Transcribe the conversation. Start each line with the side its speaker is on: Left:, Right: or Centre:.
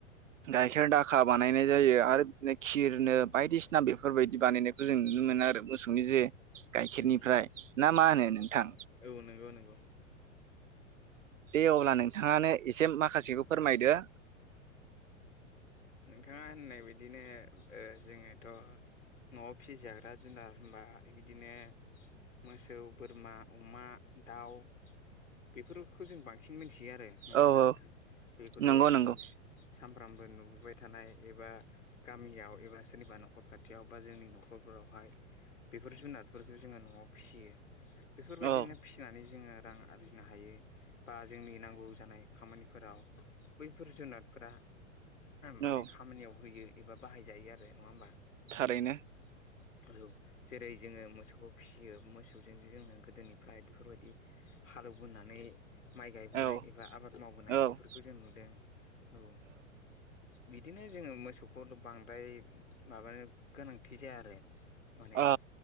Right: गाइखेर दाखा बानायनाय जायो आरो बिदिनो खिरनो बायदिसिना बेफोरबायदि बानायनाय, जों नुनो मोनो आरो मोसौनि जे गाइखेरनिफ्राय
Left: उम
Right: ना मा होनो नोंथां,
Left: औ नंगौ नंगौ,
Right: दे अब्ला नोंथाङानो एसे माखासेखौ फोरमायदो।
Left: नोंथाङा होननाय बदिनो जोङोथ', न'आव फिसिजाग्रा जुनार होनबा बिदिनो, मोसौ, बोरमा, अमा, दाउ। बेफोरखौ जों बांसिन मिथियो आरो नङा
Right: औ
Left: होमबा
Right: औ
Left: नोंथां बेफोरो
Right: नंगौ
Left: जों,
Right: नंगौ
Left: सामफ्रामबो नुबोबाय थानाय एबा गामियाव एबा सोरनिबा न'खर खाथियाव बा जोंनि न'खरफोरावहाय बेफोर जुनारफोरखौ जोङो न'आव फिसियो बेफोरबायदिनो
Right: औ
Left: फिसिनानै जोङो रां आरजिनो हायो बा जोंनि नांगौ जानाय खामानिफोराव बैफोर जुनारफोरा
Right: औ
Left: माने खामानियाव होयो एबा बाहायजायो आरो नङा होमबा
Right: थारैनो
Left: औ जेरै जोङो मोसौखौ फिसियो मोसौजों जोङो गोदोनिफ्राय बेफोरबायदि हालौवबोनानै माइ गायबोनाय
Right: औ
Left: एबा आबाद मावबोनाय
Right: औ
Left: बेफोरखौ जों नुदों औ बिदिनो जोङो मोसौखौ' बांद्राय माबानो गोनांथि जाया आरो माने
Right: औ